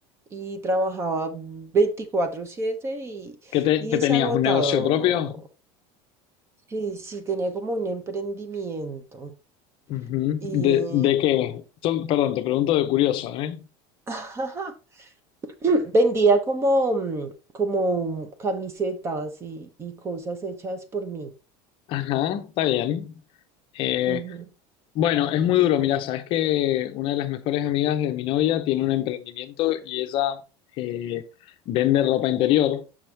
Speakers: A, on the right (about 20°); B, on the left (about 45°).
A: y trabajaba veinticuatro siete y,
B: que, te-
A: y
B: que
A: es
B: tenías
A: agotado.
B: un negocio propio?
A: Sí, sí, tenía como un emprendimiento
B: Ujú.
A: y,
B: ¿De, de qué? Yo, perdón, te pregunto de curioso, ¿eh?
A: <laughs> <clears throat> Vendía como, mm, como camisetas y, y cosas hechas por mí.
B: Ajá, está bien. Eh,
A: Ujú,
B: Bueno, es muy duro, mirá, sabes que una de las mejores amigas de mi novia tiene un emprendimiento y ella eh, vende ropa interior